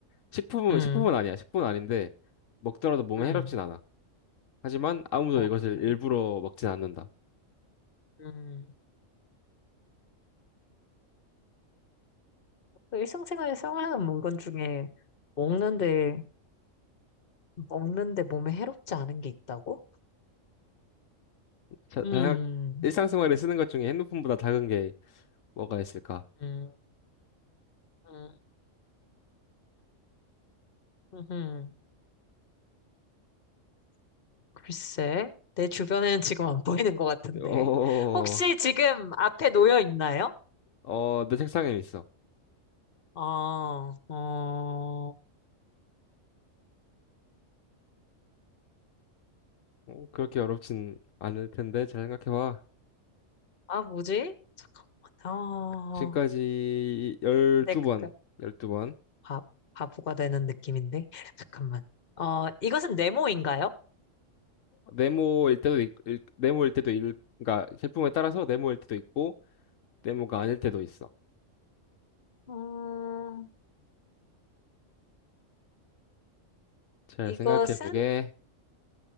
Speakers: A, on the left; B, on the left.
A: 식품은
B: 음,
A: 식품은 아니야. 식품은 아닌데 먹더라도 몸에
B: 음,
A: 해롭진 않아. 하지만 아무도
B: 어,
A: 이것을
B: 그래.
A: 일부러 먹진 않는다.
B: 음. 일상생활에 사용하는 물건 중에 먹는데 먹는데 몸에 해롭지 않은 게 있다고?
A: 자,
B: 음,
A: 자, 일상생활에 쓰는 것 중에 핸드폰보다 작은 게 뭐가 있을까?
B: 음, 음, 음. 글쎄, 내 주변에는 지금 안 <laughs> 보이는 것 같은데.
A: 어,
B: 혹시 지금 앞에 놓여 있나요?
A: 어, 내 책상에 있어.
B: 아, 어,
A: 어, 그렇게 어렵진 않을 텐데 잘 생각해봐.
B: 아, 뭐지? 잠깐만, 어,
A: 지금까지 12번,
B: 내, 그,
A: 열두 번
B: 바, 바보가 되는 느낌인데. 잠깐만. 어, 이것은 네모인가요?
A: 네모일 때도 있, 읽- 네모일 때도 읽, 그러니까 제품에 따라서 네모일 때도 있고 네모가 아닐 때도 있어.
B: 음,
A: 잘
B: 이것은,
A: 생각해보게.